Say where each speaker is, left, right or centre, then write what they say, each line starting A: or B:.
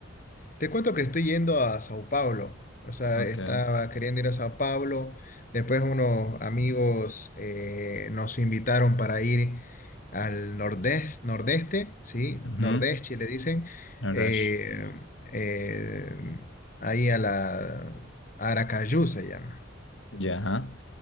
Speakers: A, on the left; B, on the left.
A: Te cuento que estoy yendo a Sao Paulo. O sea,
B: Ok.
A: estaba queriendo ir a Sao Paulo. Después unos amigos eh, nos invitaron para ir al nordés- nordeste, ¿sí?
B: Ujú.
A: Nordeste, le dicen.
B: Ardèche.
A: eh, eh, ahí a la Aracaju se llama.
B: Ya. ajá.